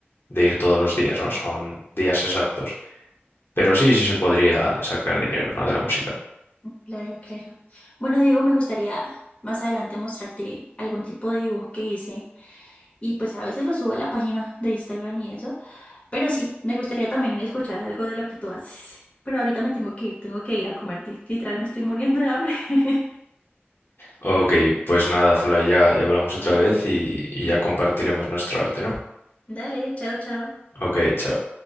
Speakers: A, on the left; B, on the left.
A: de ir todos los días, ¿no? Son días exactos. Pero sí, sí se podría sacar dinero, ¿no? De la música.
B: Claro, claro. Bueno, Diego, me gustaría más adelante mostrarte algún tipo de dibujo que hice y pues a veces lo subo a la página de Instagram y eso. Pero sí, me gustaría también escuchar algo de lo que tú haces. Pero ahorita me tengo que ir, tengo que ir a comer. Literal, me estoy muriendo de hambre. <laughs>
A: Ok, pues nada, Zulay, ya, ya hablamos otra vez y, y ya compartiremos nuestro arte, ¿no?
B: Dale, chao, chao.
A: Ok, chao.